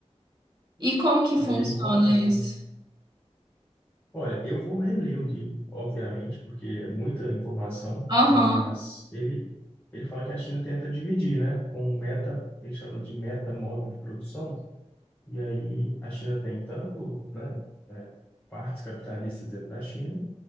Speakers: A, on the right; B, on the left.
A: E como que funciona
B: e aí ele conta,
A: isso?
B: né? Olha, eu vou reler o livro, obviamente, porque é muita informação,
A: Aham.
B: mas ele, ele fala que a China tenta dividir, né, com um meta, ele chama de meta modo de produção, e aí a China tem tanto, né, é, partes capitalistas dentro da China,